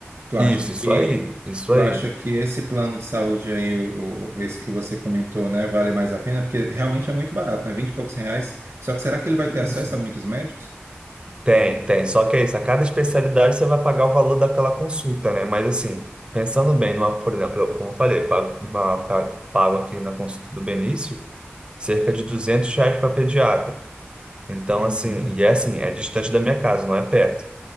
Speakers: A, on the right; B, on the right.
A: Tu acha
B: isso, isso
A: que
B: aí, isso
A: Tu
B: aí.
A: acha que esse plano de saúde aí, o, o- esse que você comentou, né, vale mais a pena? Porque realmente é muito barato, né? Vinte e poucos reais. Só que será que ele vai
B: isso.
A: ter acesso a muitos médicos?
B: Tem, tem. Só que é isso, a cada especialidade você vai pagar o valor daquela consulta, né? Mas assim, pensando bem, numa, por exemplo, eu, como eu falei, pago, uma- pa- pago aqui na consulta do Benício cerca de 200 reais para pediatra. Então,
A: Uhum.
B: assim, e é assim, é distante da minha casa, não é perto.